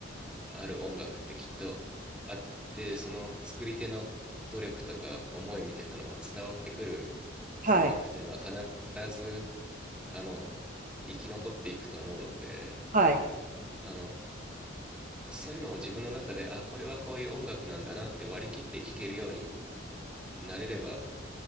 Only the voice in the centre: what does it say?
ある音楽ってきっとあってその作り手の努力とか思いみたいなのも伝わってくる
音楽っていうのは必ずあの生き残っていくと思うので
あのそういうのを自分の中であこれはこういう音楽なんだなって割り切って聴けるようになれれば